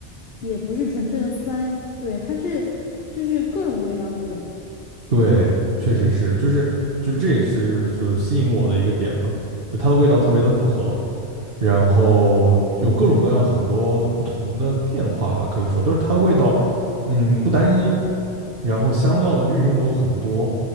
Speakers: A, on the left; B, on the right.
A: 也不是纯粹的酸，对，它是就是各种味道都有。
B: 对，确实是，就是就这也是就吸引我的一个点嘛，就它的味道特别的复合，然后有各种各样很多不同的变化吧，可以说都是它的味道，嗯，不单一，然后香料的运用有很多，